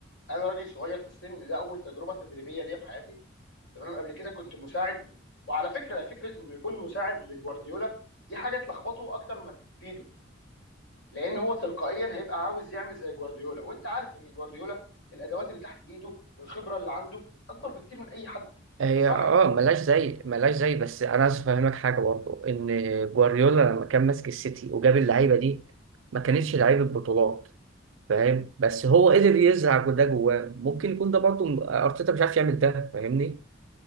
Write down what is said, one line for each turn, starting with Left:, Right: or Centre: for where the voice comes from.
Left: انا راجل صغير في السن ده اول تجربه تدريبيه ليا في حياتي تمام قبل كده كنت مساعد وعلى فكره فكره انه يكون مساعد لجوارديولا دي حاجه تلخبطه اكتر ما تفيده لان هو تلقائيا هيبقى عاوز يعمل زي جوارديولا وانت عارف ان جوارديولا الادوات اللي تحت ايده والخبره اللي عنده اكبر بكتير من اي حد
Right: هي
Left: صح
Right: اه ملاش زي ملاش زي بس انا عايز افهمك حاجه برضه ان جوارديولا لما كان ماسك السيتي وجاب اللعيبه دي ما كانتش لعيبه بطولات فاهم بس هو قدر يزرع ده جواه ممكن يكون ده برضه ارتيتا مش عارف يعمل ده فاهمني